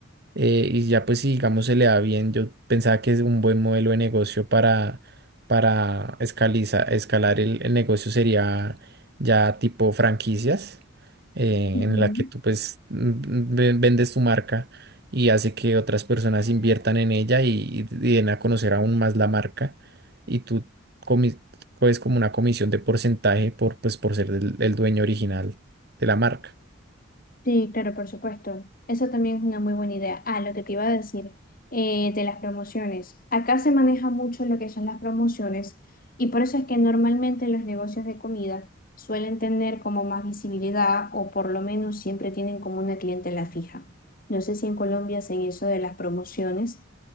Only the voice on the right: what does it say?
Eh, y ya pues si digamos se le da bien, yo pensaba que es un buen modelo de negocio para, para escaliza- escalar el, el negocio sería ya tipo franquicias, eh,
en la que tú pues mm, ve- vendes tu marca y hace que otras personas inviertan en ella y, y den a conocer aún más la marca y tú comi- coges como una comisión de porcentaje por, pues, por ser el, el dueño original de la marca.